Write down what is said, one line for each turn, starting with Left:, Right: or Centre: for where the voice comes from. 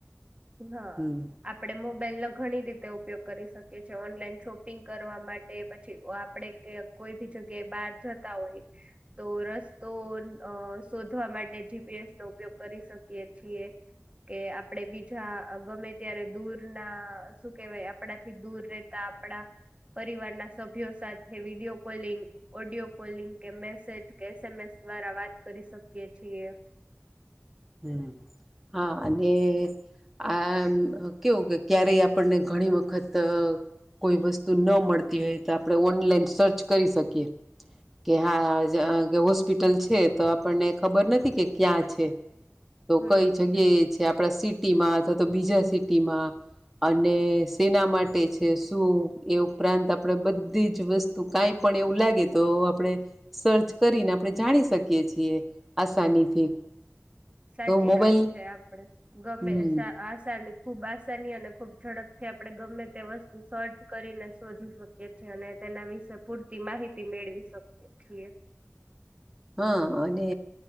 Right: હા
Centre: હમ
Right: આપડે મોબ બાઈલ ના ઘણી રીતે ઉપયોગ કરી શકીએ છીએ ઓનલાઈન શોપિંગ કરવા માટે પછી આપણે કોઈ બી જગ્યાએ બહાર જતા હોય તો રસ્તો શોધવા માટે જી એસનો ઉપયોગ કરી શકીએ છીએ કે આપણેે બીજ ગમે ત્યારે દૂર ના શું કેવાય આપડાથી દૂર રેતા આપડા પરિવારના સભ્યો સાથે વિડીયો કોલિંગ ઓડિયો કોલિંગ કે મેસેજ કે એસએમએસ દ્વારા વાત કરી શકીએ છીએ
Centre: હમ હા અને આ કેવું કે ક્યારે આપણને ઘણી વખત કોઈ વસ્તુ ન મળતી હોય તો આપણે ઓનલાઈન સર્ચ કરી શકીએ કે હા હોસ્પિટલ છે તો આપણને ખબર નથી કે ક્યાં છે તો
Right: હમ.
Centre: કઈ જગ્યાએ છે આપણા સિટીમાં અથવા તો બીજા સિટીમાં અને સેના માટે છે શું એ ઉપરાંત આપણેે બધી જ વસ્તુ કઈ પણ એવું લાગે તો આપણે સર્ચ કરીને આપણે જાણી શકીએ છીએ આસાનીથી
Right: સાચી
Centre: તો મોબાઈલ
Right: વાત છે આપડે ગમે
Centre: હમ
Right: આ સા ખુબ આસાની અને ખુબ ઝડપથી આપણે ગમે તે વસ્તુ સર્ચ કરીને શોધી શકીએ છીએ અને તેના વિશે પૂરતી માહિતી મેળવી શકીએ છીએ
Centre: હા અને